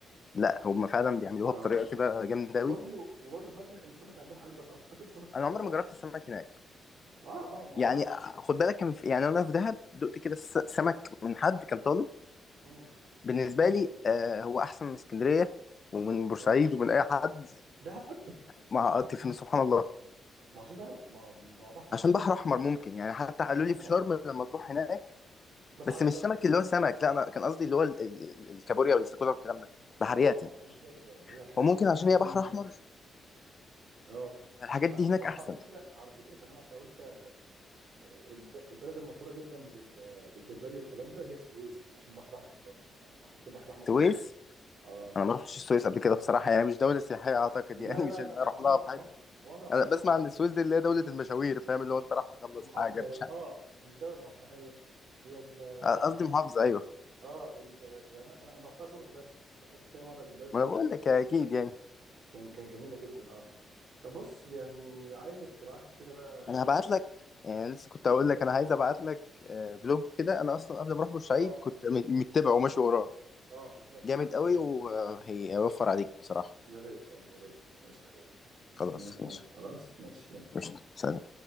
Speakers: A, on the left; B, on the right.
A: لا هم فعلا بيعملوها
B: اه
A: بطريقة كده جامدة
B: وبرضه
A: أوي
B: وبرضه سمعت ان السمك عندهم حلو بس اعتقد السمك في بورسعيد
A: أنا عمري
B: احسن
A: ما جربت السمك
B: يعني
A: هناك
B: اه اه ما
A: يعني
B: هو يعني
A: خد بالك كان في... يعني أنا في دهب دقت كده س- سمك من حد كان طالب
B: امم
A: بالنسبة لي آه هو أحسن من اسكندرية ومن بورسعيد
B: اه
A: ومن أي حد
B: دهب
A: مع سبحان الله
B: ما عشان دهب ما ما هو بحر احمر
A: عشان بحر
B: ما هو بحر
A: أحمر
B: احمر
A: ممكن يعني حتى قالوا
B: بحر
A: لي
B: احمر
A: في شرم لما تروح هناك
B: بس
A: بس
B: على
A: مش سمك اللي هو سمك لا انا كان قصدي اللي هو ال- ال- الكابوريا والاستاكولا والكلام ده بحريات
B: اه اه
A: يعني
B: ما هي ال- ما هي الحاجات
A: وممكن
B: دي بتكون
A: عشان هي بحر احمر
B: اه
A: الحاجات
B: ما
A: دي هناك
B: ما هو
A: احسن
B: انت على فكره على فكره كمان لو انت آه، الب- البلد المشهوره جدا بال- بالجمبري والكلام ده هي السويس عشان بحر احمر برضه فاعتقد البحر الاحمر
A: السويس
B: اه
A: انا ما رحتش السويس قبل كده بصراحه يعني مش دوله سياحيه اعتقد
B: لا
A: يعني
B: لا
A: <laughs> مش اللي
B: لا
A: اروح
B: هو
A: لها
B: انا هو
A: في حاجه
B: أنا- هو انا رحتها
A: انا
B: شغل
A: بسمع
B: بس
A: ان السويس دي اللي هي دوله المشاوير فاهم اللي هو انت راح تخلص
B: محافظه
A: حاجه مش عارف
B: اه مش دوله هي هي ال
A: قصدي محافظه ايوه
B: اه ال يعني انا انا رحتها شغل بس بس اكلت فيها مره جمبري كان
A: ما انا بقول لك اكيد يعني
B: كان كان جميله جدا اه فبص يعني عايزك تبعت لي كده بقى
A: انا
B: يعني
A: هبعت لك يعني لسه كنت هقول لك انا عايز ابعت لك آه، فلوج كده انا اصلا قبل ما اروح بورسعيد
B: اه
A: كنت م- متبعه وماشي وراه
B: اه بالظبط
A: جامد
B: انا عايز
A: قوي
B: حاجه يعني
A: وهيوفر عليك بصراحه
B: يا ريت اه يا ريت قشطه
A: خلاص
B: استناك
A: ماشي
B: خلاص ماشي يلا
A: قشطة سلام